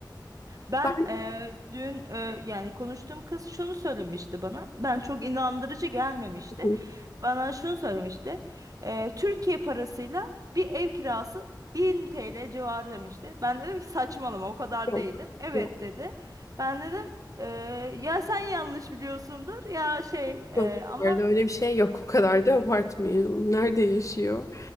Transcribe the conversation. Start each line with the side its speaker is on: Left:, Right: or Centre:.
Right: Ben
Left: Ben
Right: eee, dün eee, yani konuştuğum kız şunu söylemişti bana. Ben çok inandırıcı gelmemişti.
Left: hı,
Right: Bana şunu söylemişti. Eee, Türkiye parasıyla bir ev kirası 1000 TL civarı demişti. Ben dedim ki saçmalama o kadar
Left: yok
Right: değildir. Evet
Left: yok
Right: dedi. Ben dedim "Eee, ya sen yanlış biliyorsundur ya şey eee,
Left: yok
Right: ama
Left: bu arada öyle bir şey yok o kadar da abartmayalım. Nerede yaşıyor?